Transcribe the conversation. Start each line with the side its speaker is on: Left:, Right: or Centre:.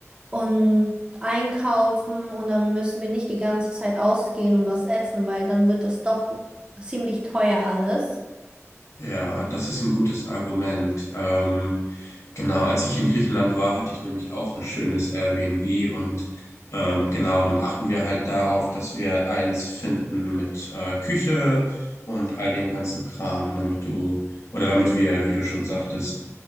Right: und einkaufen und dann müssen wir nicht die ganze Zeit ausgehen und was essen, weil dann wird das doch ziemlich teuer alles.
Left: Ja, das ist ein gutes Argument. Ähm, genau, als ich in Griechenland war, hatte ich nämlich auch ein schönes Airbnb und ähm, genau, dann achten wir halt darauf, dass wir eins finden mit äh, Küche und all dem ganzen Kram, damit du oder damit wir, wie du schon sagtest,